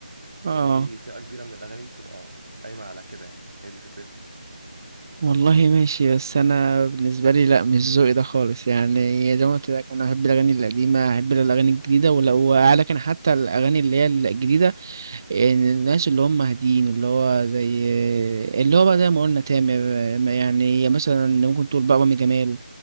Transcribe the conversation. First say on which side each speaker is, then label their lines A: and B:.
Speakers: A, on the right; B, on the right.
A: آه.
B: يعني في فئه كبيره من الاغاني بتبقى قايمه على كده يعني هي دي فكرتها
A: والله ماشي بس انا بالنسبه لي لا مش ذوقي ده خالص يعني زي ما قلت لك انا احب الاغاني القديمه احب الاغاني الجديده ولا- وعلى كان حتى الاغاني اللي هي الجديده يعني الناس اللي هم هادين اللي هو زي اللي هو بقى زي ما قلنا تامر يعني مثلا ممكن تقول بقى رامي جمال